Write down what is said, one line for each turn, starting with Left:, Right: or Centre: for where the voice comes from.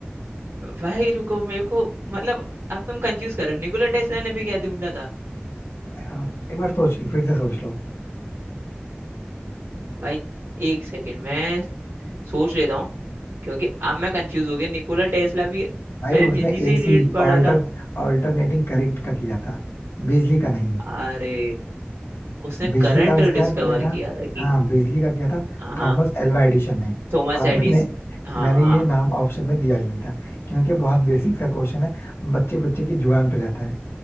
Right: भाई रुको मेरे को मतलब अब तुम कंफ्यूज कर रहे हो निकोला टेस्ला ने भी क्या ढूंढा था
Left: हाँ एक बार सोच लो फिर से सोच लो
Right: भाई एक सेकंड मैं सोच लेता हूँ क्योंकि अब मैं कंफ्यूज हो गया निकोला टेस्ला भी
Left: भाई
Right: मैंने
Left: उसने
Right: बिजली से
Left: एसी
Right: ही रिलेटेड पढ़ा
Left: ऑल्टर
Right: था
Left: ऑल्टरनेटिंग करंट का किया था बिजली का नहीं
Right: अरे उसने
Left: बिजली
Right: करंट
Left: का आविष्कार
Right: डिस्कवर
Left: किया था
Right: किया था कि
Left: हाँ बिजली का किया था
Right: हाँ हाँ,
Left: थॉमस एल्वा एडिसन ने
Right: थॉमस
Left: और
Right: एडिस
Left: मैंने
Right: हाँ
Left: मैंने
Right: हाँ
Left: ये नाम ऑप्शन में दिया ही नहीं था क्योंकि बहुत बेसिक सा क्वेश्चन है बच्चे बच्चे की जुबान पे रहता है